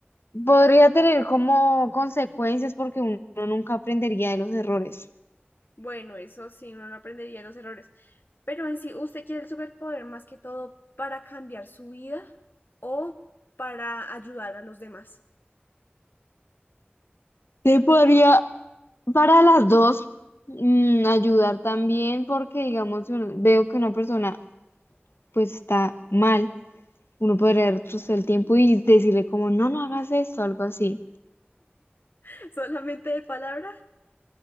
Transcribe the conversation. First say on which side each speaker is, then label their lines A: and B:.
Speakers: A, on the left; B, on the left.
A: podría tener como consecuencias porque uno nunca aprendería de los errores.
B: Bueno, eso sí, uno no aprendería los errores. Pero en sí, ¿usted quiere el superpoder más que todo para cambiar su vida o para ayudar a los demás?
A: Te podría, para las dos, mm, ayudar también porque, digamos, si uno- veo que una persona pues está mal, uno podría retroceder el tiempo y decirle como, no, no hagas esto, algo así.
B: <laughs> ¿Solamente de palabra?